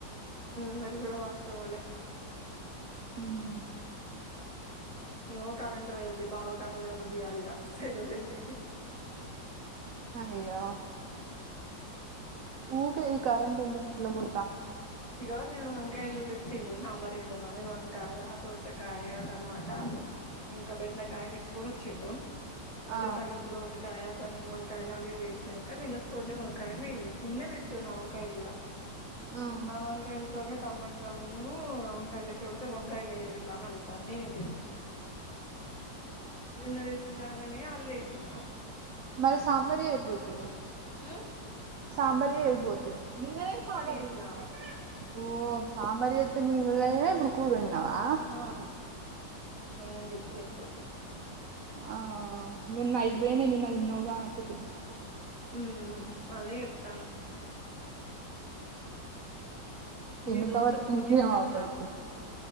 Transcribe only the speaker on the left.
మ్ అది కూడా వాస్తవంమ్ లే
ఇంగో కరెంట్ పోయింది బావకి అన్నం తిన బుద్ధిగాదు ఇగ అస్సలు పోయింది
ఇగ నేను వంకాయలు రుచ్చిండు సాంబార్ ఏ దామ్ అని వంకాయ దొసక కాయ టమాటా ఇంకా బెండకాయ తీసుకొని వచ్చిఉండు అయితే
సగమ్ కోసి కాయాస్ వంకాయలు అవి ఇవి ఏసినాక నిన్న కొన్ని వంకాయలు మిగిలిన కొన్నే వచ్చినామ్ వంకాయలు కూడా
ఆ వంకాయల్ కూడా టమోటా నవ్వు వంకాయలే ఏసి వండితే వంకాయలే ఇలానే అడుగుతావ్ అన్ని నేనేం చెప్పు నిన్ను తెచ్చినాడ అనే అళ్ళే ఏషినా
ఆ
చేసిన
ఎమ్ జొత్తి జేప్పు
ఉ ఉ అదే ఎప్తానా
మీ దోస్త్
ఫోన్
చేత్తా
అందా